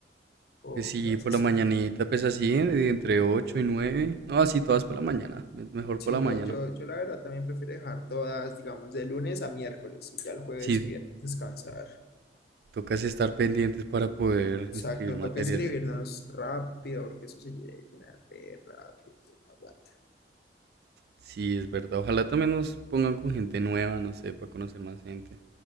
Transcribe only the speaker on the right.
Pues sí,
por
la mañanita, pues así, eh, entre 8 y nueve, No, así todas por la mañana, me- mejor
por la
mañana.
Sí,
tocas estar pendientes para poder
inscribir materias.
Sí, es verdad. Ojalá también nos pongan con gente nueva, no sé, para conocer más gente.